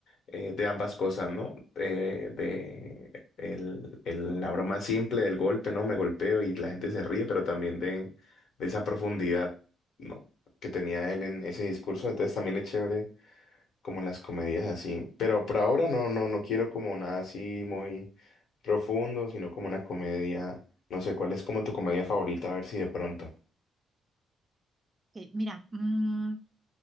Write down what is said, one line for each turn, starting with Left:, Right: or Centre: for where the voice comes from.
Left: eh, de ambas cosas, ¿no? Eh, de el, el- la broma simple del golpe, ¿no? Me golpeo y la gente se ríe, pero también de, de esa profundidad, ¿no? que tenía él en ese discurso. Entonces también es chévere como las comedias así. Pero por ahora no, no, no quiero como nada así muy profundo, sino como una comedia. No sé, ¿cuál es como tu comedia favorita? A ver si de pronto.
Right: Ok, mira, mm,